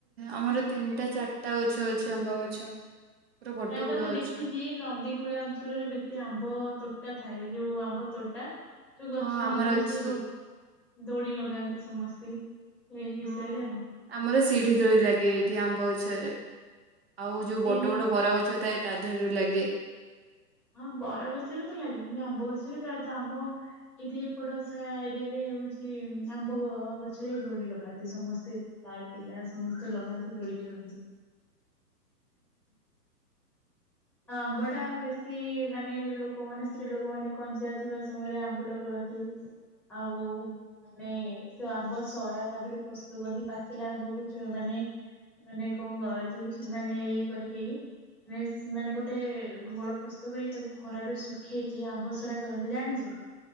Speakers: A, on the right (about 40°); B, in the centre.
A: ଆମର ତିନିଟା ଚାରିଟା ଗଛ ଅଛି ଆମ୍ବ ଗଛ। ପୁରା ବଡ
B: ପ୍ରାଏତ
A: ବଡ
B: ମୁଁ
A: ଗଛ
B: ଦେଖିଛି ନଦୀକୁ କୁଳିଆ ଅଞ୍ଚଳରେ ବେଶୀ ଆମ୍ବ ତୋଟା ଥାଏ ଯୋଉ ଆମ୍ବ ତୋଟା ଯୋଉ ଗଛ
A: ହଁ ଆମର
B: ମାନେ
A: ଅଛି
B: ସବୁ ଦୋଡା ଦୋଳି ଲଗାନ୍ତି ସମସ୍ତେ ଏଇ ବିଷୟରେ
A: ହଁ।
B: ଆଉ।
A: ଆମର ସିଢି ଦୋଳି ଲାଗେ ଏଇଠି ଆମ୍ବ ଗଛରେ ଆଉ ଯୋଉ
B: ଶିଡି
A: ବଡ ବଡ ବରଗଛ ଥାଏ। ତା ଦେହରେ ଲାଗେ।
B: ହଁ ବରଗଛରେ ତ ଲାଗେ କିନ୍ତୁ ଆମ୍ବ ଗଛରେ ପ୍ରାୟତଃ ଆମ୍ୱ କିନ୍ତୁ ଏପେଟ ସାଆ ଏରିଆ ରେ ହଉଛି ଆମ୍ବ ଗଛରେ ଦୋଳି ଲଗାନ୍ତି ସମସ୍ତେ। ପ୍ରାୟ ପିଲା ସମସ୍ତେ ଲଗାନ୍ତି। ଦୋଳି ଖେଳନ୍ତି ଆମ୍ବ
A: ହଁ
B: ଟା ବେଶୀ କି ମାନେ ଲୋକ ମାନେ ସ୍ତ୍ରୀ ଲୋକ ମାନେ କଞ୍ଚା ଥିବା ସମୟରେ ଆମ୍ବୁଲ କରନ୍ତି। ଆଉ ମାନେ ସେ ଆମ୍ବ ସରା ତା ଦେହରୁ ପ୍ରସ୍ତୁତ କରନ୍ତି। ପାଚିଲା ଆମ୍ବକୁ ଯୋଉ ମାନେ ମାନେ କଣ ଯୋଉ ମାନେ ଇଏ କରିକି ସେମାନେ ଗୋଟେ ଘୋଳ ପ୍ର ତୁ କହିକି ତାକୁ ଖରାରେ ଶୁଖେଇକି ଆମ୍ବସରା କରନ୍ତି ଜାଣିଚୁ?